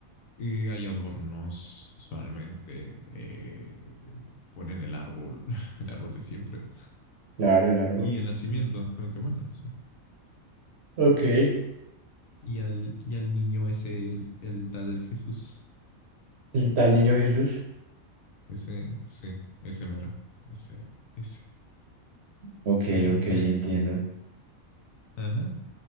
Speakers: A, on the left (about 75°); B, on the right (about 60°).
A: Y hay adornos, usualmente. eh, ponen el árbol, <laughs> el árbol de siempre.
B: claro, el árbol.
A: Y el nacimiento, aunque bueno, no sé.
B: Ok. El
A: Y al, y al niño ese, el, el tal Jesús.
B: tal niño Jesús.
A: Ese, sí, ese mero. Ese, ese.
B: Ok,
A: Entonces,
B: ok, entiendo.
A: <laughs> ajá.